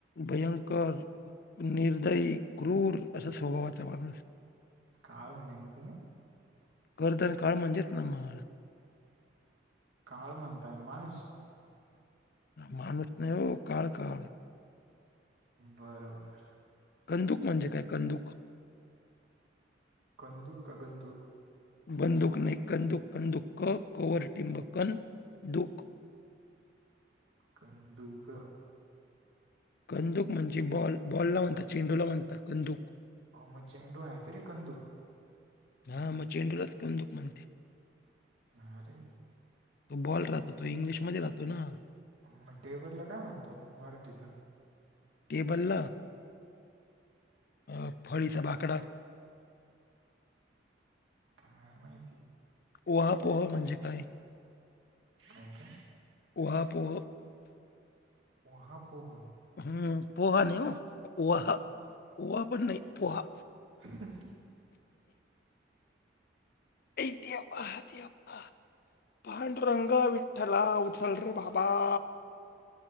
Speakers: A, on the left; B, on the right.
A: भयंकर, निर्दयी, क्रूर, अश्या स्वभावाचा माणूस.
B: काळ म्हने ना तुम्ही.
A: कर्दनकाळ म्हणजेच ना माळ.
B: काळ म्हणतान माणूस.
A: माणूस नाही हो काळ काळ.
B: बरं बर!
A: कंदुक, म्हणजे काय कंदुक.
B: कंदुक का गंदुक.
A: बंदुक नाही, कंदुक कंदुक कवरटिंब कनदुक
B: कंदुक!
A: कंदुक म्हणजे बॉल, बॉल ला म्हणतात चेंडूला म्हणतात कंदुक.
B: अवो म चेंडू आहे तरी, कंदुक.
A: हा म चेंडूला च कंदूक म्हनत्यां.
B: हा रे!
A: तो बॉल राहतो तो इंग्लिशमध्ये राहतो ना.
B: म टेबल ला काय म्हनतां ओ मराठीतून?
A: टेबल ला! अ फळीचा बाकडा.
B: काय माहिती.
A: ऊहापोह म्हणजे काय?
B: क का.
A: उहापोह!
B: ऊहापोह?
A: हूं पोहा नाही ओ, वह ओवां पण नाही पोहा.
B: <inaudible>
A: ये देवा देवा! पांडूरंगा, विठ्ठला उचल रे बाबाा.